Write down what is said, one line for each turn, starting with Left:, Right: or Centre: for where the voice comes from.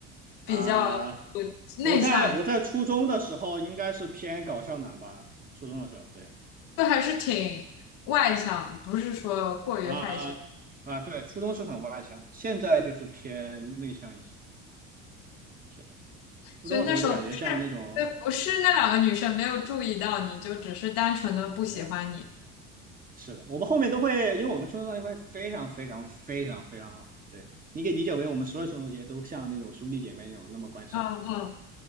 Left: 比较呃内向一些？
Right: 啊、呃我在我在初中的时候应该是偏搞笑男吧，初中的时候，对
Left: 就还是挺外向的，不是说过于害羞。
Right: 啊啊，对，初中是很外向，现在就是偏内向一些。是的，初中的时候就感觉像那种，
Left: 所以那时候不是，对，不是那两个女生没有注意到你，就只是单纯的不喜欢你。
Right: 对呀，是的，我们后面都会，因为我跟初中关系关非常非常非常非常好，对，你可以理解为我们所有初中同学都像那种兄弟姐妹那种那么关系好，
Left: 嗯嗯
Right: 对。